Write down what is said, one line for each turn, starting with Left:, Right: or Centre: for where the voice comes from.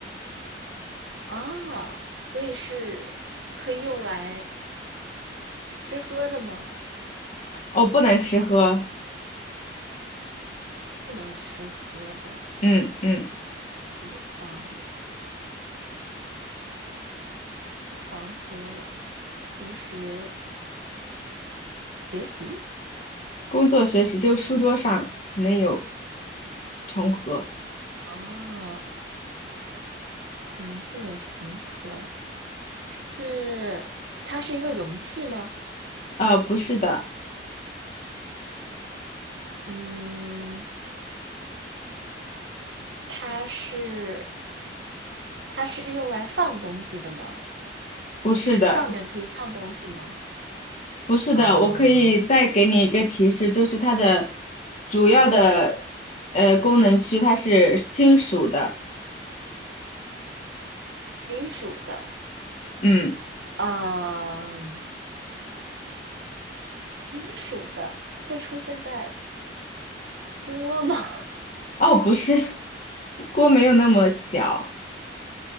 Right: 啊，所以是可以用来吃喝的吗？
Left: 哦，不能吃喝。
Right: 不能吃喝的，
Left: 嗯嗯，
Right: 厨房，厨房和平时学习
Left: 工作学习就书桌上可能有重合。
Right: 啊，可能会有成盒，是它是一个容器吗？
Left: 呃，不是的，
Right: 嗯，它是它是用来放东西的吗？
Left: 不是的，
Right: 就是上面可以放东西吗？
Left: 不是的。
Right: 啊、
Left: 我可以再给你一个提示，就是它的主要的呃功能区它是金属的。
Right: 金属的，
Left: 嗯，
Right: 啊、金属的会出现在锅吗？
Left: 哦，不是，锅没有那么小。